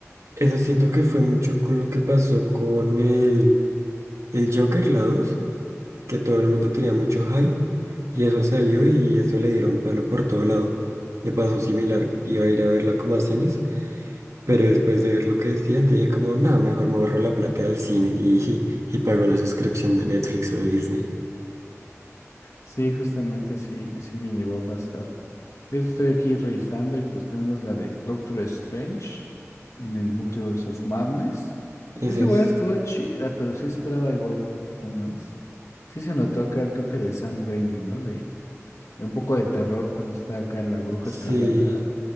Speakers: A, on the right; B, on the left.
A: eso siento que fue mucho con lo que pasó con el, el Joker, la 2 que todo el mundo tenía mucho hype, y eso salió y eso le dieron palo por todo lado. Me pasó similar, iba a ir a verla como a cines, pero después de ver lo que decían, dije como, nada, mejor me ahorro la plata del cine y, y pago la suscripción de Netflix o de Disney.
B: Sí, justamente así, así me llegó a pasar. Fíjate que Estoy aquí revisando y pues tenemos la de Doctor Strange en el Multiverse of Madness.
A: Eso
B: Es
A: es,
B: igual estuvo chida, pero sí esperaba igual un poquito más. Sí se notó acá el toque de Sam Raimi, ¿no? De, de un poco de terror cuando está acá la Bruja
A: sí,
B: Escarlata